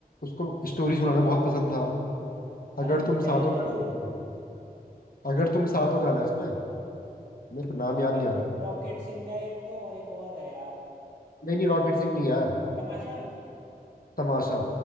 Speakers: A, on the left; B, on the right.
A: उसको स्टोरी सुनाना बहुत पसंद था अगर
B: अरे वो
A: तुम
B: कह
A: साथ
B: रहा है
A: हो
B: क्या
A: गाना
B: तू
A: है। अगर तुम साथ हो गाना है उसमें मेरे को नाम
B: रॉकेट
A: याद नहीं आ रहा
B: रॉकेट सिंह है एक तो और एक और है यार
A: नहीं नहीं रॉकेट सिंह नहीं यार
B: तमाशा
A: तमाशा